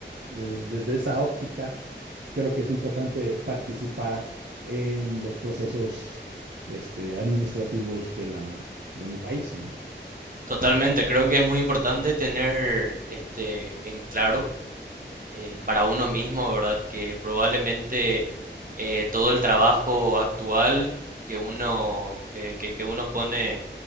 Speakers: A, on the right; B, on the right.
A: des- desde esa óptica, creo que es importante participar en los procesos este, administrativos de la, de mi país, ¿no?
B: Totalmente, creo que es muy importante tener este en claro eh, para uno mismo, ¿verdad? Que probablemente eh, todo el trabajo actual que uno, que, que, que uno pone